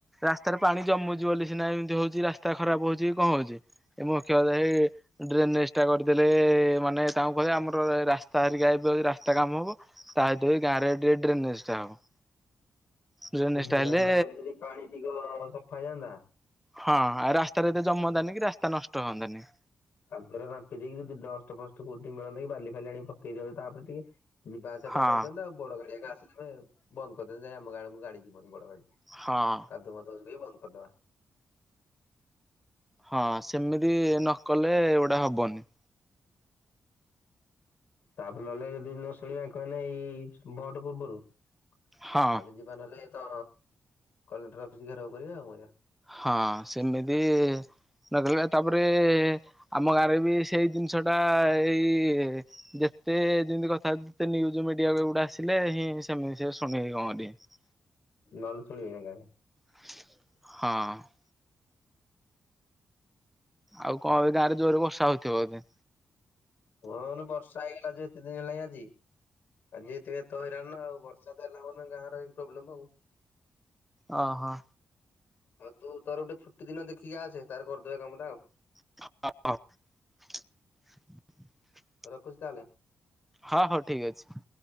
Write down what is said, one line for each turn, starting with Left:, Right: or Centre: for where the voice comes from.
Centre: ରାସ୍ତାରେ ପାଣି ଜମୁଛି ବୋଲି ସିନା ଏମିତି ହଉଛି ରାସ୍ତା ଖରାପ ହଉଛି କଣ ହଉଛି ଏ ମୁଖ୍ୟ କଥା ଏଇ ଡ୍ରେନ ନେଷ୍ଟା କରିଦେଲେ ମାନେ ତାଙ୍କୁ କହିବେ ଆମର ରାସ୍ତା ହରିକି ଆ ରାସ୍ତା କାମ ହବ <unintelligible> ଗାଁରେ ଟିକେ ଡ୍ରେନେଜ ଟା ହବ ଡ୍ରେନେଜ
Left: ଡ୍ରେନ୍
Centre: ହେଲେ
Left: ଟା କରି ଯଦି ପାଣି ଟିକ ସଫା ହେଇଜଆନ୍ତା
Centre: ହଁ ଆ ରାସ୍ତାରେ ରେ ଏତେ ଜମନ୍ତାନି କି ରାସ୍ତା ନଷ୍ଟ ହୁଅନ୍ତାନି
Left: ତାରେ ରାମ୍ପି ଦେଇକି ଡଷ୍ଟ ଫଷ୍ଟ କୋଉଠି ମିଳନ୍ତା କି ବାଲି ଫାଲି ଆଣି ପକେଇ ଦିଅନ୍ତି ତାପରେ ଟିକେ ଯିବା ଆସିବା
Centre: ହଁ
Left: ପାଇଁ କରିଦଅନ୍ତେ ଆଉ ବଡ ଗାଡି ଆସିଲା ବନ୍ଦ କରିଦିଅନ୍ତେ ଯାଇ ଆମ ଗାଁ ଗାଡି ଯିବନି ବଡ ଗାଡି
Centre: ହଁ
Left: କାଦୁଅ ମାଦୁଅ ହେଲେ ବି ବନ୍ଦ କରିଦବା
Centre: ହଁ ସେମିତି ନକଲେ ଏଗୁଡା ହବନି
Left: ତାପରେ ନହେଲେ ଯଦି ନ ଶୁଣିବା କହେ ଏଇ ଭୋଟ ପୂର୍ବରୁ ତାହାଲେ
Centre: ହଁ
Left: ଯିବା ନହେଲେ ତ କଲେକ୍ଟର ଅଫିସ ଘେରାଉ କରିବା ଆଉ କରିବା
Centre: ହଁ ସେମିତି ନକଲେ ତାପରେ ଆମ ଗାଁ ରେ ବି ସେଇ ଜିନିଷ ଟା ଏଇ ଯେତେ ଯେମିତି କଥା ଯେତେ ନ୍ୟୁିଜ ମିଡିଆ ବାଲାଟେ ଆସିଲେ ହିଁ ସେମିତି ସେ ଶୁଣିବି କଣ କରିବେ
Left: ନ ହେଲେ ଶୁଣିବେ ନି ଏ ଗାଁ ରେ
Centre: ହଁ ଆଉ କଣ ଗାଁରେ ଯୋରରେ ବର୍ଷା ହଉଥିବ ବୋଧେ
Left: ହଁ ବର୍ଷା ହେଇଗଲା ଯ ଏତେ ଦିନ ହେଲାଣି ଆଜି ଆଜି ଏତ ତ ହଇରାଣ ନା ଆଉ ବର୍ଷା ତ ଦେଲା ମାନେ ଗାଁର ପ୍ରୋବ୍ଲେମ ଆଉ
Centre: ଓହୋ
Left: ହଉ ତୁ ତୋର ଗୋଟେ ଛୁଟି ଦିନ ଦେଖିକି ଆସେ ତାର କରିଦେବା କାମଟା ଆଉ
Centre: <unintelligible>
Left: ରଖୁଛି ତାହେଲେ
Centre: ହଁ ହଉ ଠିକ ଅଛି